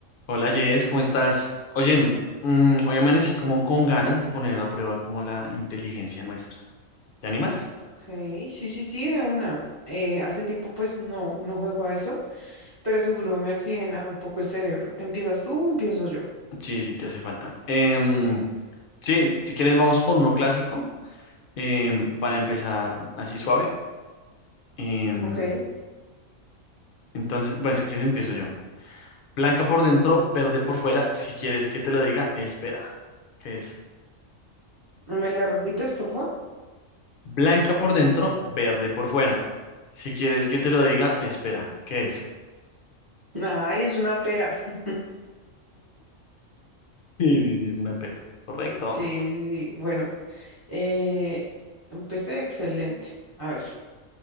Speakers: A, on the left; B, on the right.
A: Hola Jess, ¿cómo estás? Oye, mm, mm, hoy amanecí como con ganas de poner a prueba como la inteligencia nuestra. ¿Te animas?
B: Ok, sí, sí, sí, de una. Eh, hace tiempo pues no, no juego a eso, pero seguro me oxigena un poco el cerebro. ¿Empiezas tú o empiezo yo?
A: Sí, sí, te hace falta. Em, sí, si quieres vamos por uno clásico em, para empezar así suave. Em,
B: Ok,
A: entonces, bueno, si quieres empiezo yo. Blanca por dentro, verde por fuera. Si quieres que te lo diga, espera. ¿Qué es?
B: ¿me la repites, por favor?
A: Blanca por dentro, verde por fuera. Si quieres que te lo diga, espera. ¿Qué es? <laughs>
B: Ay, es una pera. <laughs>
A: Sí, sí, sí, es una pera. Correcto.
B: Sí, sí, sí. Bueno, eh, empecé excelente. A ver,